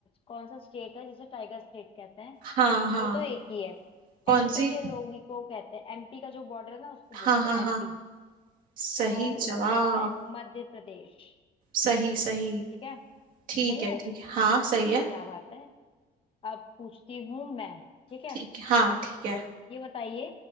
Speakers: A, on the left (about 35°); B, on the right (about 65°).
A: कौन सा स्टेट है जिसे टाइगर स्टेट कहते हैं
B: हाँ हाँ
A: वो तो एक ही है
B: कौन
A: एमपी
B: सी
A: के लोग ही को कहते हैं एमपी का जो बॉर्डर है ना उसको बोलते
B: हाँ हाँ
A: हैं एमपी
B: हाँ सही
A: तो उसका
B: जवाब
A: नाम है मध्य प्रदेश
B: सही सही
A: ठीक है सही
B: ठीक
A: है
B: है ठीक है हाँ सही है
A: क्या बात है अब पूछती हूँ मैं ठीक है
B: ठीक है हाँ ठीक है
A: ये बताइए